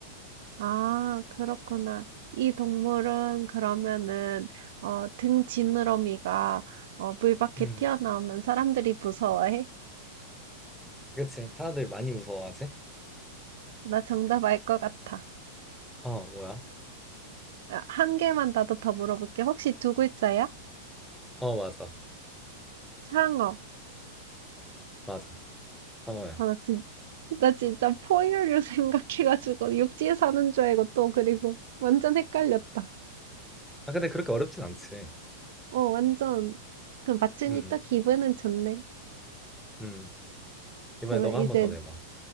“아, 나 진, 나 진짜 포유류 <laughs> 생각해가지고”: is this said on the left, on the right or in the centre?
Right